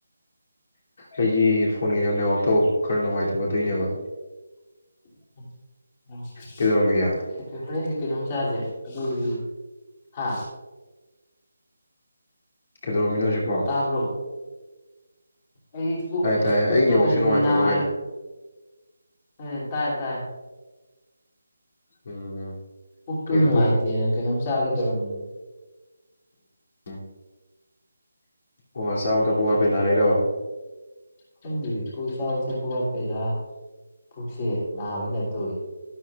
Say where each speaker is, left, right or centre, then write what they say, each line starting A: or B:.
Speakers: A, on the left; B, on the left.
A: ꯑꯩꯒꯤ ꯐꯣꯟꯒꯤ ꯅ ꯅꯦꯋꯥꯛꯇꫭ ꯈꯔ ꯅꯨꯡꯉꯥꯏꯇꯕ ꯗꯨꯒꯤꯅꯦꯕ꯫
B: <unintelligible>
A: ꯀꯩꯗꯧꯔꯝꯃꯤꯒꯦ
B: <unintelligible> ꯀꯩꯅꯣꯝꯆꯥꯁꯦ ꯑꯗꯨꯒꯁꯨꯝ ꯍꯥ
A: ꯀꯩꯗꯧꯔꯝꯃꯤꯅꯣ ꯍꯧꯖꯤꯛꯄꫭ꯫
B: ꯇꯥꯕ꯭ꯔꯣ ꯑꯩ ꯄꯨꯛ
A: ꯇꯥꯏꯌꯦ
B: ꯄꯨꯛꯗꯨ
A: ꯑꯩ ꯅꯦꯠꯋꯥꯛꯁꯦ
B: ꯀꯩꯟ
A: ꯅꯨꯡꯉꯥꯏꯇ꯭ꯔꯕ
B: ꯅꯥꯔ
A: ꯀꯩꯅꯣ
B: ꯎꯝ ꯇꯥꯏ ꯇꯥꯏ
A: ꯎꯝ
B: ꯄꯨꯛꯇꯨ
A: ꯀꯩꯅꯣ
B: ꯅꯨꯡꯉꯥꯏꯇꯦꯅ ꯀꯩꯅꯣꯝ ꯆꯥꯒꯦ ꯇꯔꯝꯕꯅꯤ <unintelligible>
A: ꯎꯝ ꯑꯣ ꯆꯥꯕ ꯊꯛꯄꯥ ꯋꯥꯠꯄꯩ ꯅꯥꯔꯛꯏꯔꯕ
B: ꯈꯪꯗꯤꯌꯦ ꯀꯩ ꯆꯥꯕ ꯊꯛꯄ ꯋꯥꯠꯄꯩꯔ ꯄꯨꯛꯁꯦ ꯅꯥꯕꯩ ꯇꯥꯏꯞ ꯇꯧꯋꯤ